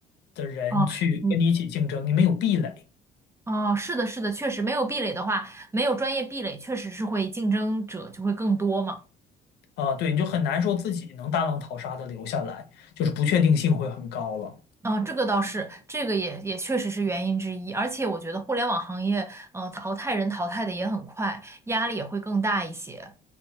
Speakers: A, on the left; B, on the right.
A: 的人去跟你一起竞争，
B: 哦，你
A: 你没有壁垒
B: 哦，是的，是的，确实没有壁垒的话，没有专业壁垒，确实是会竞争者就会更多嘛。
A: 啊，对，你就很难说自己能大浪淘沙的留下来，就是不确定性会很高了。
B: 嗯，这个倒是，这个也也确实是原因之一。而且我觉得互联网行业，嗯、淘汰人淘汰的也很快，压力也会更大一些。